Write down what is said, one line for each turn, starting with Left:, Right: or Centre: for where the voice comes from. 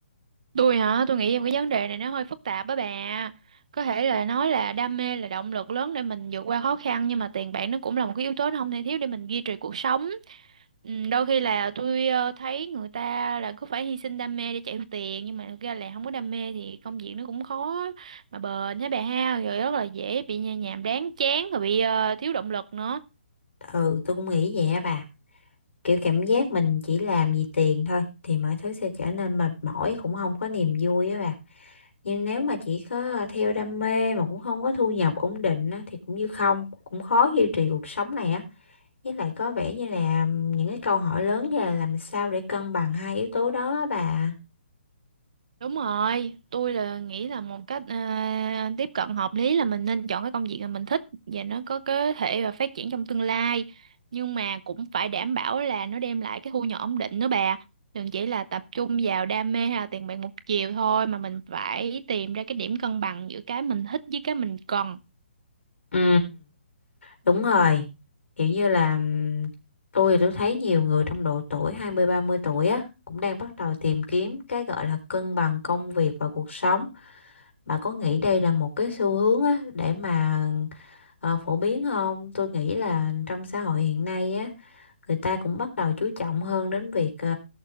Right: Tôi hả? Tôi nghĩ em cái vấn đề này nó hơi phức tạp á bà. Có thể là nói là đam mê là động lực lớn để mình vượt qua khó khăn nhưng mà tiền bạc nó cũng là một cái yếu tố nó không thể thiếu để mình duy trì cuộc sống. Ừ, đôi khi là tôi ờ, thấy người ta là cứ phải hy sinh đam mê để chạy theo tiền nhưng mà thực ra là không có đam mê thì công việc nó cũng khó mà bền hả bà ha rồi rất là dễ bị nhà- nhàm đáng chán rồi bị ờ, thiếu động lực nữa
Left: Ừ tôi cũng nghĩ vậy á bà Kiểu cảm giác mình chỉ làm vì tiền thôi Thì mọi thứ sẽ trở nên mệt mỏi Cũng không có niềm vui á bà nhưng nếu mà chỉ có ờ, theo đam mê mà cũng không có thu nhập ổn định á, thì cũng như không cũng khó duy trì cuộc sống này á với lại có vẻ như là những cái câu hỏi lớn như là làm sao để cân bằng hai yếu tố đó á bà
Right: Đúng rồi, tôi là nghĩ là một cách à, tiếp cận hợp lý là mình nên chọn cái công việc mà mình thích và nó có cơ thể và phát triển trong tương lai. Nhưng mà cũng phải đảm bảo là nó đem lại cái thu nhập ổn định nữa bà. Đừng chỉ là tập trung vào đam mê hay là tiền bạc một chiều thôi mà mình phải tìm ra cái điểm cân bằng giữa cái mình thích với cái mình cần.
Left: Ừ, Đúng rồi, kiểu như là ừm, tôi thì tôi thấy nhiều người trong độ tuổi hai mươi ba mươi tuổi á cũng đang bắt đầu tìm kiếm cái gọi là cân bằng công việc và cuộc sống. Bà có nghĩ đây là một cái xu hướng á để mà ờ, phổ biến không? Tôi nghĩ là trong xã hội hiện nay á người ta cũng bắt đầu chú trọng hơn đến việc ờ,